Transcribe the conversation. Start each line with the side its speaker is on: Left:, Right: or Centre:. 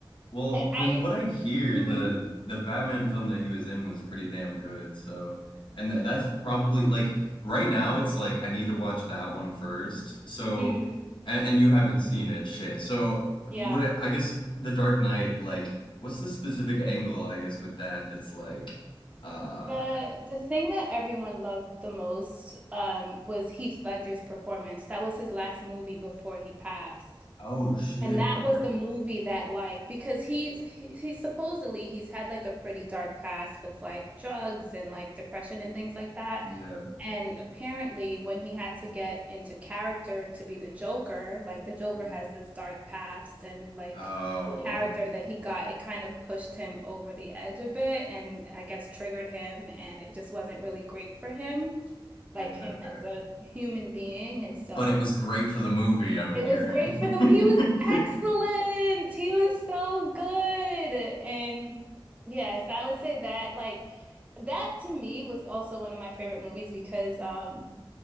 Left: Well,
Right: I,
Left: from
Right: I
Left: what I hear,
Right: mhm,
Left: the the Batman film that he was in was pretty damn good. So, and th that's probably like right now it's like I need to watch that one first. So,
Right: mm,
Left: and, and you haven't seen it, shit. So, what
Right: yeah.
Left: I I guess The Dark Knight, like, what's the specific angle, I guess, with that that's like uh
Right: The the thing that everyone loved the most um was Heath Ledger's performance. That was his last movie before he passed.
Left: Oh shit.
Right: And that
Left: Okay.
Right: was the movie that like because he's he, he supposedly he's had like a pretty dark past with like drugs and like depression and things like that.
Left: Yeah.
Right: And apparently when he had to get into character to be the Joker, like the Joker
Left: Mm.
Right: has this dark past and like
Left: Oh,
Right: the character that he got, it kind of pushed him over the edge a bit and I guess triggered him and it just wasn't really great for him, like
Left: <laughs> shit.
Right: him
Left: Okay.
Right: as a human being. And so
Left: But it was great for the movie, I'm
Right: it
Left: hearing.
Right: was great for them.
Left: <laughs>
Right: He was excellent. He was so good. And yes, I would say that like that to me was also one of my favorite movies because um